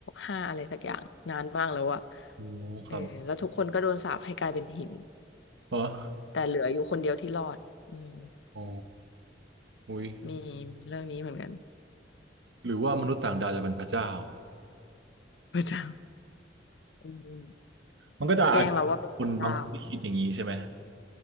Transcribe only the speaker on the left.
ห้าอะไรสักอย่างนานมากแล้วอะ
เออแล้วทุกคนก็โดนสาปให้กลายเป็นหิน
แต่เหลืออยู่คนเดียวที่รอดอืม
มีมีเรื่องนี้เหมือนกัน <laughs>
พระเจ้าอืม <laughs>
แกล้งเราว่าเป็นพระเจ้า